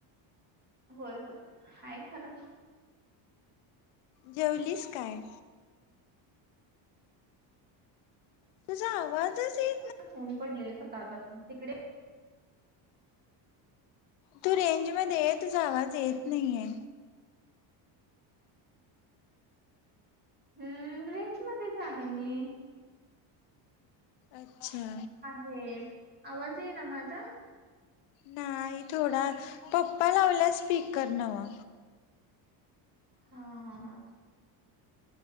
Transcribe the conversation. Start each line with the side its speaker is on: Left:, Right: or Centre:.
Right: होय होय हाय खरं.
Left: जेवलीस काय? तुझा आवाजच ये
Right: ऊन पडलेलं सकाळपासून तिकडे?
Left: तू रेंज मध्ये ये तुझा आवाज येत नाहीेये.
Right: हम्म रेंज मध्येच आहे मी.
Left: अच्छा.
Right: हे आवाज ये ना माझा?
Left: नाही थोडा पप्पा लावल्या स्पीकर नव्ह.
Right: हा ह ह